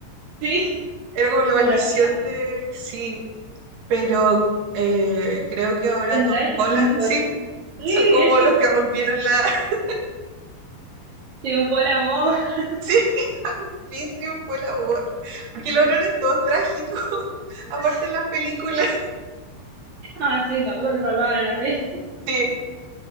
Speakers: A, on the right (about 45°); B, on the right (about 65°).
A: Sí,
B: Era como la
A: por
B: maldición
A: ahora
B: de, sí, pero eh, creo que ahora
A: Zendaya
B: Tom
A: y
B: Holland,
A: Tom Holland.
B: sí,
A: Sí,
B: son como
A: ellos
B: los que rompieron la... <laughs>
A: un por el amor. <laughs>
B: Sí, fin triunfó el amor, porque el otro era todo trágico, <laughs> aparte
A: Sí,
B: en las películas,
A: Ah, sí, tampoco se salvaron en la peli.
B: sí.